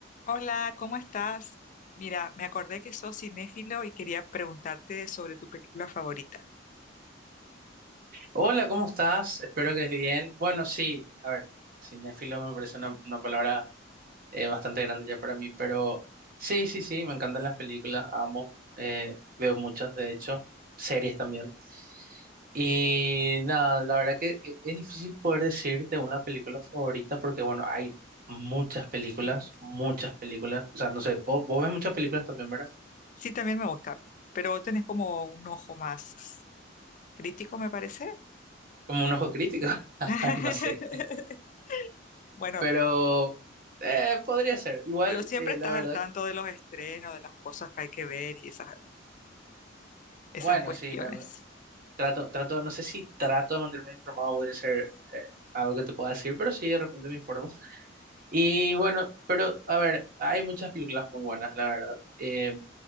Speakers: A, on the left; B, on the right.
A: Hola, ¿cómo estás? Mira, me acordé que sos cinéfilo y quería preguntarte sobre tu película favorita.
B: Hola, ¿cómo estás? Espero que bien. Bueno, sí, a ver, cinéfilo me parece una, una palabra eh, bastante grande ya para mí, pero sí, sí, sí, me encantan las películas, amo, eh, veo muchas, de hecho, series también. Y nada, la verdad que e- es difícil poder decirte una película favorita porque, bueno, hay muchas películas,
A: Miles.
B: muchas películas, o sea, no sé, vos, vos ves muchas películas también, ¿verdad?
A: Sí, también me gusta, pero vos tenés como un ojo más crítico, me parece.
B: Como un ojo crítico, <laughs>
A: <laughs>
B: no sé.
A: Bueno,
B: Pero eh, podría ser. Igual,
A: pero siempre
B: eh,
A: estás
B: la verdad,
A: al tanto de los estrenos, de las cosas que hay que ver y esas, esas
B: bueno,
A: cuestiones.
B: sí, me, me- trato, trato, no sé si trato de mantenerme informado, podría ser eh, algo que te pueda decir, pero sí, de repente me informo. Y bueno, pero a ver, hay muchas películas muy buenas, la verdad. Eh,